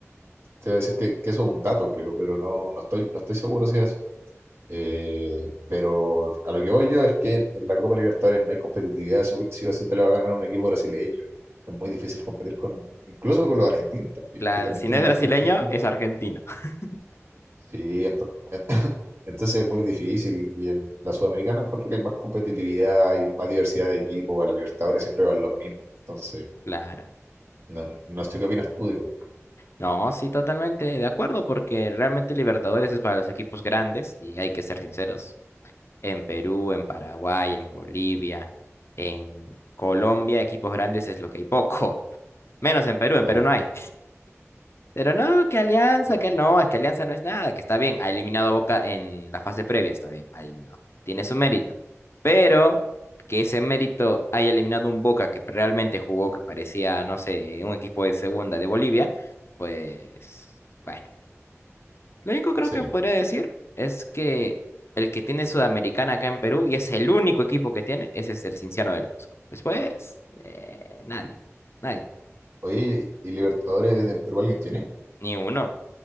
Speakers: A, on the right; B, on the left.
A: te voy a decir que, que eso es un dato, creo, pero no, no estoy, no estoy seguro si es así. Eh, pero a lo que voy yo es que en la Copa Libertadores no hay competitividad, si si o sí te la va a ganar un equipo brasileño. Es muy difícil competir con, incluso con los argentinos también,
B: Claro,
A: que también
B: si
A: tienen
B: no es
A: bastantes
B: brasileño,
A: cupos.
B: es argentino. <laughs>
A: Sí, ento- <laughs> entonces es muy difícil. Y, y en la Sudamericana encuentro que hay más competitividad, hay más diversidad de equipos, a la Libertadores siempre van los mismos. Entonces,
B: Claro.
A: no, no sé qué opinas tú, digamos.
B: No, sí, totalmente de acuerdo, porque realmente Libertadores es para los equipos grandes y hay que ser sinceros. en Perú, en Paraguay, en Bolivia, en Colombia, equipos grandes es lo que hay poco. <laughs> Menos en Perú, en
A: Claro.
B: Perú no hay. Pero no, que Alianza,
A: Eh,
B: que no, es que Alianza no es nada, que está bien, ha eliminado a Boca en la fase previa, está bien, ha eliminado. Tiene su mérito. Pero que ese mérito haya eliminado un Boca que realmente jugó, que parecía, no sé, un equipo de segunda de Bolivia, pues bueno, lo único creo
A: sí.
B: que podría decir es que el que tiene Sudamericana acá en Perú, y es el único equipo que tiene, ese es el Cinciano del Cusco. Después, eh, nadie, nadie,
A: Oye, ¿y Libertadores en Perú alguien tiene?
B: ni uno.